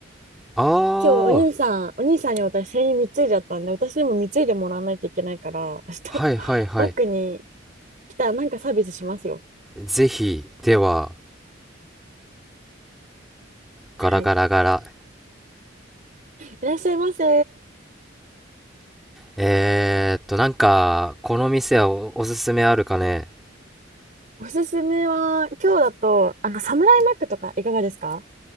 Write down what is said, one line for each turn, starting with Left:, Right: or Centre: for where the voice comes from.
Centre: あー、
Right: 今日お兄さん、お兄さんに私、繊維貢いじゃったんで、私にも貢いでもらわないといけないから、明日、
Centre: はいはいはい。
Right: <laughs> マックに来たらなんかサービスしますよ。
Centre: ぜひ、では、ガラガラガラ。
Right: はい。いらっしゃいませ。
Centre: えーっと、なんか、この店はお、おすすめあるかね。
Right: おすすめは、今日だと、あの、サムライマックとかいかがですか